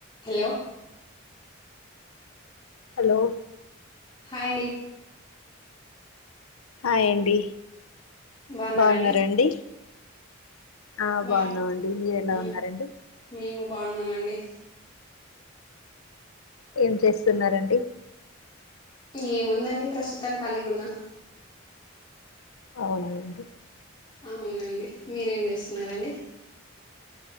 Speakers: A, on the left (about 20°); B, on the left (about 80°).
A: Hello
B: hello
A: hi అండి.
B: Hi అండి.
A: బాగున్నారండి
B: బావున్నరా అండి. ఆ
A: బా
B: బావున్నామండి, మీరు ఎలా
A: మ్
B: ఉన్నారండి?
A: మేము బావున్నమండి.
B: ఏం చేస్తున్నరు అండి?
A: ఏముందండి ప్రస్తుతం కాలిగున్నా.
B: అవునండి.
A: అవునండి. మీరేం చేస్తున్నారండి?